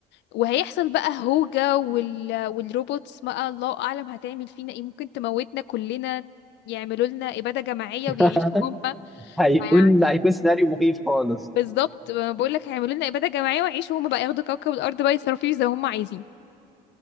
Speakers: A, on the left; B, in the centre.
A: وهيحصل بقى هوجة وال... والروبوتس بقى الله اعلم هتعمل فينا ايه ممكن تموتنا كلنا يعملوا لنا إبادة جماعية
B: <laughs>
A: ويعيشوا هم
B: هيكون
A: فيعني
B: هيكون سيناريو مخيف خالص
A: بالظبط بقول لك هيعملوا لنا إبادة جماعية ويعيشوا هم بقى ياخدوا كوكب الأرض بقى يصرفوا فيه زي هم عايزين